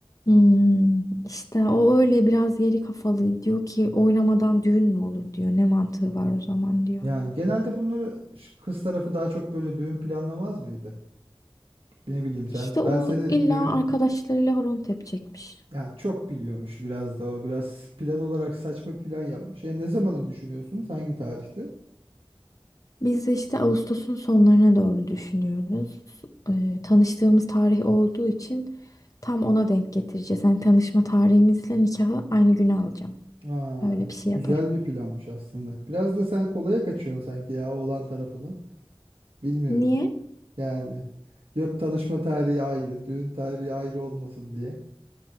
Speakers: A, on the left; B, on the right.
A: Hmm, işte o öyle biraz geri kafalı diyor ki oynamadan düğün mü olur diyor. Ne mantığı var o zaman diyor.
B: yani genelde bunları ş- kız tarafı daha çok böyle düğün planlamaz mıydı? Ne bileyim sen.
A: İşte o
B: Ben seni
A: illa
B: düğün
A: arkadaşlarıyla horon tepecekmiş.
B: yani çok biliyormuş biraz da o biraz plan olarak saçma plan yapmış. E ne zamanı düşünüyorsunuz? Hangi tarihte?
A: Biz işte Ağustos'un sonlarına doğru düşünüyoruz. Ee, tanıştığımız tarih olduğu için tam ona denk getireceğiz. Yani tanışma tarihimizle nikahı aynı güne alacağım.
B: Aa,
A: Öyle bir şey yaparım.
B: güzel bir planmış aslında. Biraz da sen kolaya kaçıyorsun sanki ya oğlan tarafını. Bilmiyorum.
A: Niye?
B: Yani yok tanışma tarihi ayrı, düğün tarihi ayrı olmasın diye.